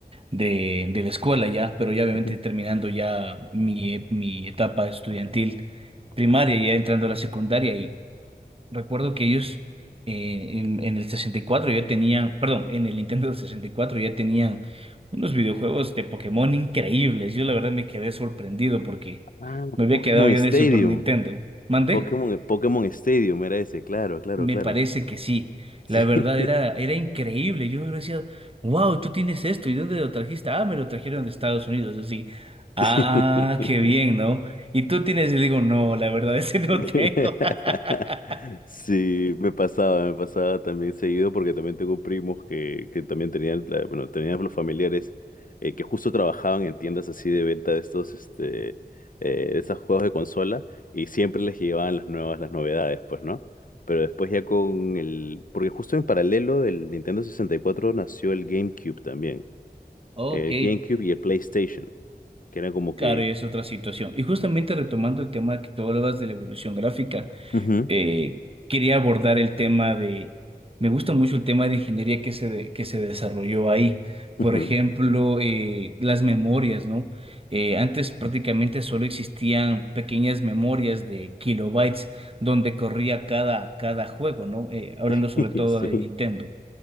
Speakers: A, on the right; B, on the left.
A: de, de la escuela ya, pero ya obviamente
B: Ujú.
A: terminando ya mi, e- mi etapa estudiantil primaria, ya entrando a la secundaria, y recuerdo que ellos eh, en, en el 64 ya tenían, perdón, en el Nintendo del 64 ya tenían unos videojuegos de Pokémon increíbles. Yo la verdad me quedé sorprendido porque
B: Ah,
A: me había
B: Pokémon
A: quedado yo
B: Stadium.
A: en el Super Nintendo. ¿Mandé?
B: Pokémon, Pokémon Stadium era ese, claro, claro,
A: Me
B: claro.
A: parece que sí.
B: Sí,
A: La verdad era, era increíble. Yo decía, wow, tú tienes esto. ¿Y dónde lo trajiste? Ah, me lo trajeron de Estados Unidos. Yo sí. Ah,
B: <laughs>
A: qué
B: sí.
A: bien, ¿no? Y tú tienes, yo digo, no, la verdad <laughs> es que no
B: <laughs>
A: tengo. <laughs>
B: Sí, me pasaba, me pasaba también seguido porque también tengo primos que, que también tenían, la- bueno, tenían los familiares eh, que justo trabajaban en tiendas así de venta de estos, este, eh, de estos juegos de consola y siempre les llevaban las nuevas, las novedades, pues, ¿no? Pero después ya con el, porque justo en paralelo del Nintendo sesenta y cuatro nació el GameCube también,
A: Ok,
B: el GameCube y el PlayStation, que era como
A: claro,
B: que...
A: y es otra situación. Y justamente retomando el tema que tú hablabas de la evolución gráfica.
B: Ujú,
A: eh, quería abordar el tema de, me gusta mucho el tema de ingeniería que se, de- que se desarrolló ahí.
B: ujú.
A: Por ejemplo, eh, las memorias, ¿no? Eh, antes prácticamente solo existían pequeñas memorias de kilobytes donde corría cada, cada juego, ¿no? Eh, hablando
B: <laughs>
A: sobre todo
B: Sí.
A: de Nintendo.